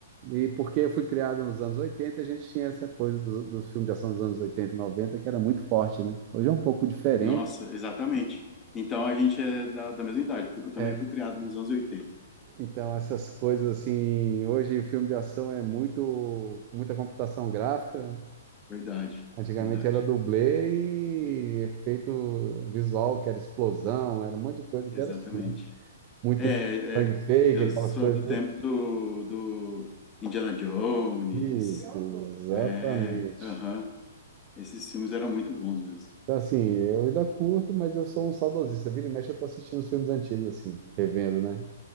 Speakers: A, on the right (about 35°); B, on the left (about 20°).
A: E porque eu fui criado nos anos 80, a gente tinha essa coisa dos, dos filmes de ação dos anos 80, e 90, que era muito forte, né? Hoje é um pouco diferente.
B: Nossa, exatamente. Então a gente é da, da mesma idade, porque eu também
A: É,
B: fui criado nos anos oitenta.
A: então, essas coisas assim, hoje o filme de ação é muito, muita computação gráfica.
B: Verdade,
A: Antigamente
B: verdade.
A: era dublê e efeito visual, que era explosão, era um monte de coisa
B: Exatamente.
A: que era assim, né? Muito
B: É,
A: sangue fake,
B: é, eu
A: aquelas
B: sou
A: coisas.
B: do
A: todas.
B: tempo do, do Indiana Jones.
A: Isso, exatamente.
B: É, aham. Esses filmes eram muito bons mesmo.
A: Então, assim, eu ainda curto, mas eu sou um saudosista. Vira e mexe, eu tô assistindo os filmes antigos, assim, revendo, né?